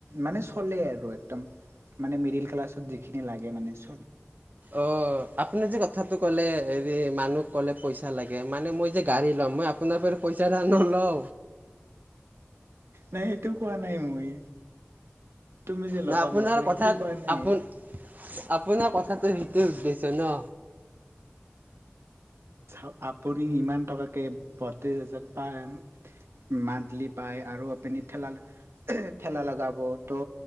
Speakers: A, on the right (about 80°); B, on the right (about 45°).
A: মানে চলে আৰু একদম মানে মিডিল ক্লাছত যিখিনি লাগে মানে চল
B: অ' আপুনি যে কথাটো ক'লে হেৰি মানুহ ক'লে পইচা লাগে, মানে মই যে গাড়ী লম, মই আপোনা পৰা পইচা ধাৰ নলওঁ।
A: নাই সেইটো কোৱা নাই মই, তুমি যে
B: ন
A: ল'বা
B: আপোনাৰ
A: মোৰ পৰা
B: কথাত
A: সেইটো কোৱা নাই।
B: আপোন আপোনাৰ কথাটো সেইটোৱে উদ্দেশ্য ন।
A: চাওঁক আপুনি ইমান টকাকে বত্ৰিছ হাজা পায়। মান্থলি পায় আৰু আপুনি ঠেলা ঠেলা লগাব, ত